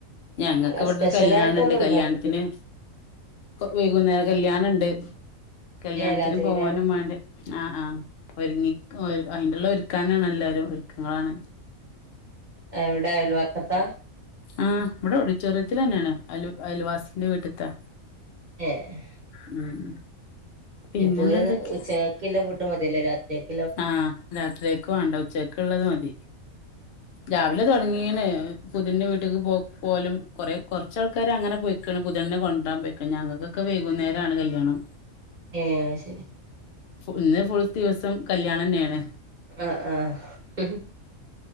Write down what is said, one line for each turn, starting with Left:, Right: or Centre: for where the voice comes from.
Left: ഞങ്ങക്ക്
Right: അല്ല
Left: ഇവിടെ
Right: സ്പെഷ്യലായിട്ടൊന്നും
Left: ഒരു കല്യാണണ്ട്
Right: ഉണ്ടാക്കിട്ടില്ല
Left: കല്യാണത്തിന് വൈകുന്നേരം കല്യാണുണ്ട് കല്യാണത്തിന്
Right: ഏഹ് രാജകല്യാണം
Left: പോവാനും മാ െണ്ട ആഹ് ആഹ ഒരുങ്ങി അയിനുള്ള ഒരുക്കാനാണ് എല്ലാരും ഒരുക്കങ്ങളാണ്
Right: എവിടെ അയൽവക്കത്ത
Left: ആ ഹ ഇവിടെ ഓഡിിറ്റോറിയത്തിൽ തന്നെയാണ് അല അയൽവാസിന്റെ വീട്ടിത്ത
Right: ഏഹ
Left: ഉം പിന്നെന്നെന്തൊക്കെ
Right: ഇനിഎപ്പൊ ഒരു ഉച്ചക്ക ക്കിലെല ഫുഡ് മതിയല്ലേ രാത്രിക്കക്ക്
Left: ആഹ രാത്രിയൊക്ക് മാണ്ട ഉച്ചക്ക ക്ക് ഉള്ളത് മതി രാവിലെ തൊടങ്ങിണ് പുതിന്ന വീട്ടിക്ക് പോ പോലും കൊറ കുറച്ചാൾക്കാര അങ്ങനെ പോയി പുതണിനെ കൊണ്ട രാൻ പോയ്ക്കണ് ഞങ്ങക്കൊക്കെ വൈകുന്നേരാണ് കല്യാണം
Right: ഏഹ അത് ശരി
Left: ഇന്ന് ഫുൾ ദിവസം കല്യാണം ന്നെയാണ്
Right: ആഹ ആഹ